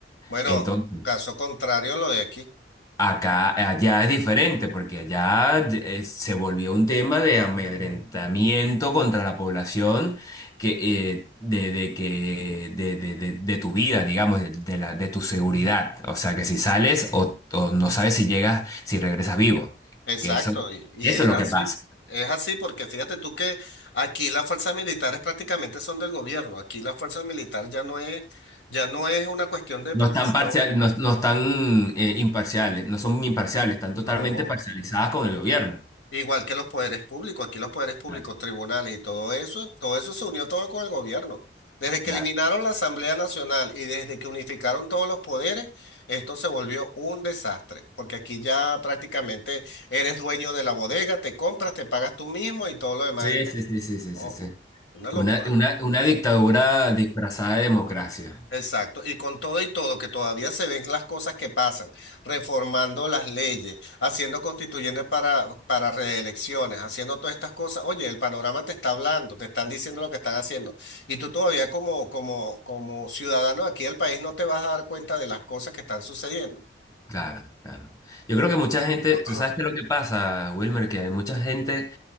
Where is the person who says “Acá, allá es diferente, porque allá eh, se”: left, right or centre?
Left